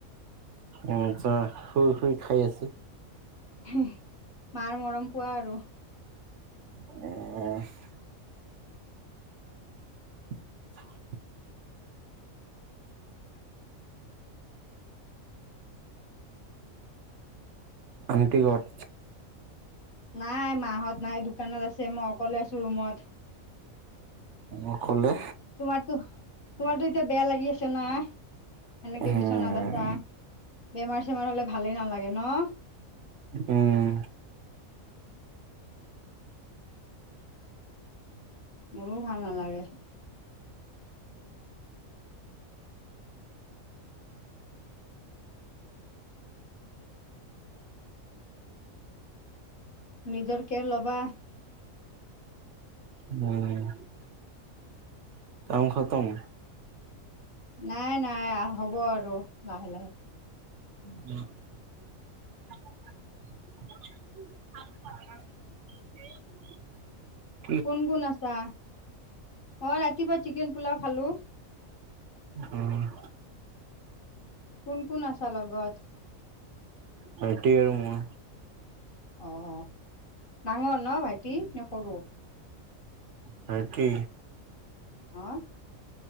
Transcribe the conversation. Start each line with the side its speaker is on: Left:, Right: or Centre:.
Right: অ', আচ্ছা শুই শুই খাই আছোঁ।
Left: <unintelligible> মাৰ মৰম পোৱা আৰু।
Right: <unintelligible> <inaudible> আণ্টি ক'ত?
Left: নাই মাহঁত নাই দোকানত আছে ম অকলে আছোঁ ৰুমত।
Right: অকলে
Left: তোমাৰতো তোমাৰতো এতিয়া বেয়া লাগি আছে না? সেনেকে
Right: উম
Left: বিচনাত আছা বেমাৰ চেমাৰ হ'লে ভালেই নালাগে ন?
Right: উম উম।
Left: মোৰো ভাল নালাগে। নিজৰ কেয়াৰ ল'বা।
Right: উম। কাম খতম?
Left: নাই নাই আ, হ'ব আৰু লাহে লাহে।
Right: <inaudible> <unintelligible>
Left: কোন কোন আছা? অ', ৰাতিপুৱা চিকেন পোলাও খালোঁ।
Right: অ'।
Left: কোন কোন আছা লগত?
Right: ভাইটি আৰু মই।
Left: অ', ডাঙৰ ন ভাইটি নে সৰু?
Right: ভাইটি?
Left: অ'।